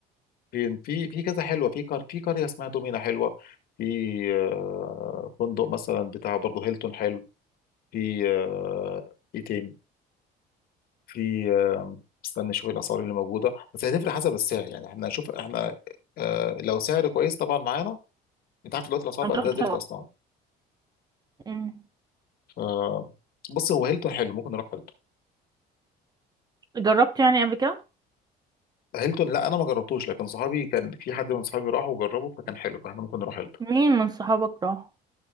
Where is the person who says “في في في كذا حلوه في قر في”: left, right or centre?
Left